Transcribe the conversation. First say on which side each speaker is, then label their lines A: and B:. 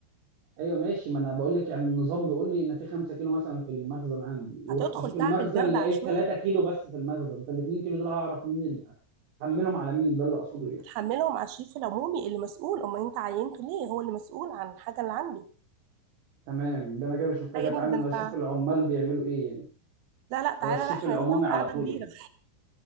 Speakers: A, on the right (about 85°); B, on the right (about 65°).
A: ايوه ماشي ما انا بقول لك يعني النظام بيقول لي ان في 5 كيلو مثلا في المخزن عندي ورحت
B: هتدخل
A: اشوف المخزن
B: تعمل جرد
A: لقيت
B: عشوائي
A: 3 كيلو بس في المخزن فال 2 كيلو دول هعرف مين اللي احملهم على مين ده اللي اقصده يعني
B: هتحملهم على الشريف العمومي اللي مسؤول امال انت عينته ليه هو اللي مسؤول عن الحاجه اللي عنده
A: تمام يبقى انا كده مش محتاج
B: لا يا
A: اتعامل
B: ابني ده
A: انا
B: انت
A: اشوف العمال بيعملوا ايه يعني
B: لا لا
A: ده
B: تعالى
A: الشيف
B: لا احنا
A: العمومي
B: هنقعد
A: على
B: قعده
A: طول
B: كبيره
A: يعني